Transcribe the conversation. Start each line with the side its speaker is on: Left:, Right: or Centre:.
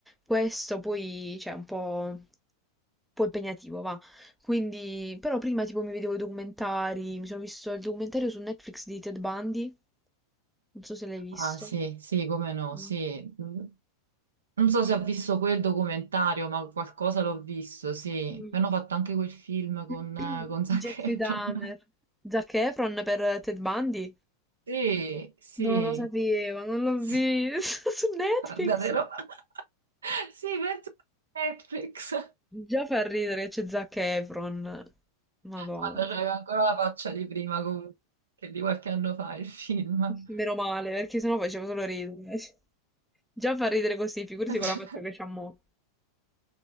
Centre: questo poi c'è un po', un po' impegnativo, va. Quindi, però prima tipo mi vedevo i documentari, mi sono visto il documentario su Netflix di Ted Bundy, non so se l'hai visto.
Right: Ah, sì, sì, come no,
Centre: Mm.
Right: sì. Mm. Non so se ho visto quel documentario, ma qualcosa l'ho visto, sì.
Centre: Mm.
Right: Hanno fatto anche quel film con,
Centre: <clears throat>
Right: eh, con Zac
Centre: Jeffrey
Right: Efron.
Centre: Dahmer.
Right: <laughs>
Centre: Zac Efron per Ted Bundy?
Right: Sì, sì,
Centre: Non lo sapevo, non l'ho
Right: sì,
Centre: visto <laughs> su Netflix.
Right: guardatelo. <laughs> Sì, penso a Netflix,
Centre: Già fa ridere che c'è Zac Efron. Madonna.
Right: quando c'aveva ancora la faccia di prima, comunque, che di qualche anno fa il film.
Centre: Meno male, perché sennò faceva solo ridere. Già fa ridere così, figurati
Right: <laughs>
Centre: con la fatta che c'ha mo'.